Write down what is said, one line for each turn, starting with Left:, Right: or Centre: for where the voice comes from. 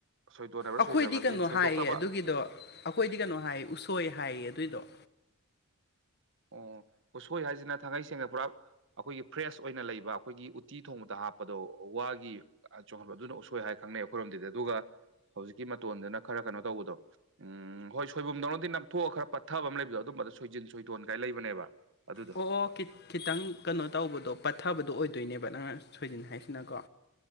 Right: ꯁꯣꯏꯗꯣꯟ ꯍꯥꯏꯕ꯭ꯔꯥ
Left: ꯑꯩꯈꯣꯏꯗꯤ
Right: ꯁꯣꯏꯗꯣꯟ ꯍꯥꯏꯕꯗꯤ
Left: ꯀꯩꯅꯣ
Right: ꯁꯣꯏꯗꯣꯛꯇꯕ
Left: ꯍꯥꯏꯌꯦ ꯑꯗꯨꯒꯤꯗꯣ ꯑꯩꯈꯣꯏꯗꯤ ꯀꯩꯅꯣ ꯍꯥꯏꯌꯦ ꯎꯁꯣꯏ ꯍꯥꯏꯌꯦ ꯑꯗꯨꯏꯗꯣ
Right: ꯑꯣ ꯎꯁꯣꯏ ꯍꯥꯏꯁꯤꯅ ꯊꯥꯡꯉꯩ ꯁꯦꯡꯅ ꯄꯨꯔꯥ ꯑꯩꯈꯣꯏꯒꯤ ꯐ꯭ꯔꯦꯁ ꯑꯣꯏꯅ ꯂꯩꯕ ꯑꯩꯈꯣꯏꯒꯤ ꯎꯇꯤ ꯊꯣꯡꯕꯗ ꯍꯥꯞ ꯄꯗꯣ ꯋꯥꯒꯤ ꯆꯣꯡꯍꯟꯕ ꯑꯗꯨꯅ ꯎꯁꯣꯏ ꯍꯥꯏ ꯈꯪꯅꯩ ꯑꯩꯈꯣꯏꯔꯣꯝꯗꯗꯤ ꯑꯗꯨꯒ ꯍꯧꯖꯤꯛꯀꯤ ꯃꯇꯣꯟꯗꯨꯅ ꯈꯔ ꯀꯩꯅꯣ ꯇꯧꯕꯗꯣ ꯎꯝ ꯍꯣꯏ ꯁꯣꯏꯕꯨꯝꯗꯧꯅꯗꯤ ꯅꯝꯊꯣꯛꯑꯒ ꯈꯔ ꯄꯠꯊꯕ ꯑꯃ ꯂꯩꯕꯗꯣ ꯑꯗꯨꯝꯕꯗꯣ ꯁꯣꯏꯖꯤꯟ ꯁꯣꯏꯗꯣꯟ ꯀꯥꯏ ꯂꯩꯕꯅꯦꯕ ꯑꯗꯨꯗꯣ
Left: ꯑꯣ ꯑꯣ ꯀꯤꯠ ꯈꯤꯇꯪ ꯀꯩꯅꯣ ꯇꯧꯕꯗꯣ ꯄꯠꯊꯕꯗꯣ ꯑꯣꯏꯗꯣꯏꯅꯦꯕ ꯅꯪꯅ ꯁꯣꯏꯖꯤꯟ ꯍꯥꯏꯁꯤꯅꯀꯣ